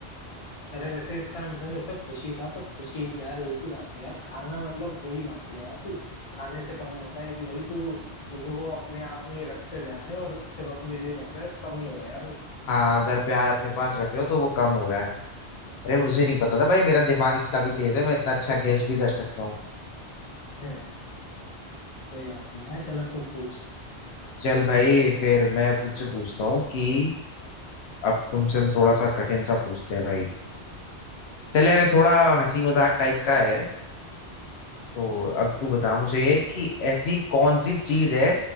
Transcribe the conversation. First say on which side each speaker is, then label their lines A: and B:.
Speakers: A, on the left (about 35°); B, on the left (about 70°).
A: अरे वैसे इसका आंसर वैसे खुशी था पर खुशी प्यार एक ही बात है यार खाना मतलब वही मान ले यार तू खाने से कम होता है कि भाई तू चीजों को अपने आप में ही रखते जा रहे है और सिर्फ अपने लिए रख रहा है तो कम ही हो रहा है यार वो
B: हाँ अगर प्यार अपने पास रख रहे हो तो वो कम हो रहा है अरे मुझे
A: बिल्कुल
B: नहीं पता था भाई मेरा दिमाग इतना भी तेज है मैं इतना अच्छा गेस भी कर सकता हूँ
A: हम्म कोई बात नहीं है चल अब तू पूछ
B: चल भाई फिर मैं अब तुझसे पूछता हूँ कि अब तुमसे हम थोड़ा सा कठिन सा पूछते हैं भाई चले अरे थोड़ा हंसी मजाक टाइप का है तो अब तू बता मुझे कि ऐसी कौन सी चीज है